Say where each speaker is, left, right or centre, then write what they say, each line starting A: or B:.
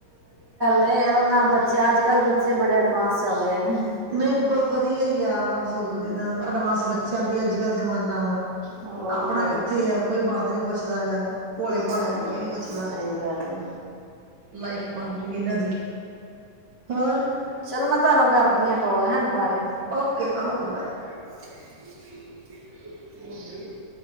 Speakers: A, on the right; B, on the right.
A: ਉਹ ਨਾ ਬੱਚੇ ਅੱਜ ਕੱਲ੍ਹ ਬੱਚੇ ਬੜੇ ਐਡਵਾਂਸ ਚੱਲ ਰਹੇ ਨੇ।
B: ਨਹੀਂ ਵਧੀਆ ਹੀ ਆ ਸਗੋਂ ਦੀ। ਦ ਅਡਵਾਂਸ ਬੱਚਿਆਂ ਦੀ ਅੱਜ ਕੱਲ ਜਮਾਨਾ ਵਾ
A: ਹੋਰ
B: ਆਪਣਾ ਕਿੱਥੇ ਆ ਕੋਈ ਬਾਤ ਨੀ ਪੁੱਛਦਾ ਹੈ ਗਾ। ਭੋਲੇ ਭਾਲਿਆਂ
A: ਸਹੀ
B: ਨੂੰ ਕੋਈ ਨੀ ਪੁੱਛਦਾ
A: ਸਹੀ ਗੱਲ ਹੈ
B: ਲਾਈਫ ਬਣਜੂਗੀ ਇਹਨਾਂ ਦੀ ਹੋਰ
A: ਚਲ ਮੈਂ ਤੁਹਾਨੂੰ ਕਰਦੀ ਆ ਕੋਲ ਹੈਣ ਬਾਰੇ
B: ਓਕੇ ਓਕੇ ਬਾਏ
A: ਹਮ